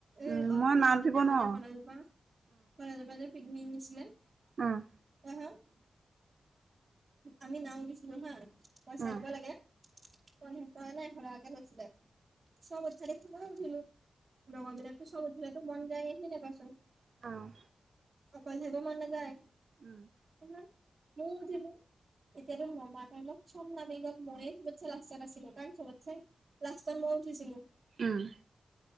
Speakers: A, on the right (about 45°); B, on the right (about 65°).
A: এই
B: উম
A: অলপ
B: মই
A: দিনৰ
B: নাওত
A: আগতে
B: উঠিব
A: আমাৰ
B: নোৱাৰো
A: কলেজপা কলেজপা যে- পিকনিক নিছিলে।
B: অঁ'
A: তাহত- আমি নাও উঠিছিলো হাঁ, পইচা
B: উম উম
A: দিব লাগে পঞ্চাশ টকা নে এশ টকা- কেতিয়া ধৰিছিলে চব উঠা দেখি মইও উঠিলো লগৰগেইটাক- চব উঠিলেটো মন যায় এইখিনি নেপাইছো-
B: অঁ'
A: অকলে থাকিব মন নেযায়।
B: উম'
A: ইমান মৌ যে মৌ। এতিয়াতো নমাৰ টাইমত চব নামি গ'ল, মইয়ে চবতচাই লাষ্টত আছিলো কাৰণ চবতচাই- লাষ্টত মই উঠিছিলো।
B: উম'